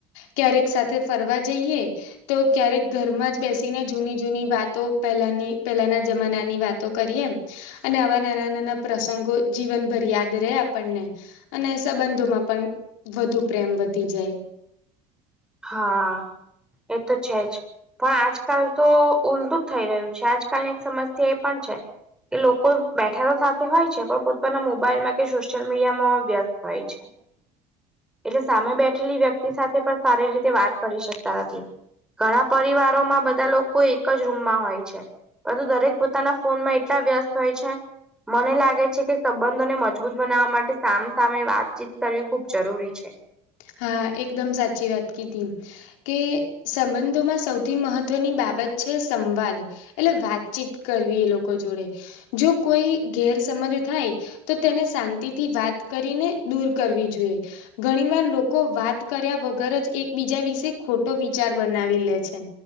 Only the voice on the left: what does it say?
ક્યારેક સાથે ફરવા જઈએ. તો ક્યારેક ઘરમાં જ બેસીને જૂની જૂની વાતો પહેલાની પહેલાના જમાનાની વાતો કરીએ અને આવા નાના નાના પ્રસંગો જીવનભર યાદ રહે આપણને. અને સંબંધોમાં પણ વધુ પ્રેમ વધી જાય.
<inaudible>
હા એકદમ સાચી વાત કીધી. કે સંબંધોમાં સૌથી મહત્વની બાબત છે સંવાદ એટલે વાતચીત કરવી એ લોકો જોડે જો કોઈ ગેર સમજ થાય. તો તેને શાંતિથી વાત કરીને દૂર કરવી જોઈએ ઘણી વાર લોકો લોકો વાત કર્યા વગર જ એકબીજા વિશે ખોટો વિચાર બનાવી લે છે.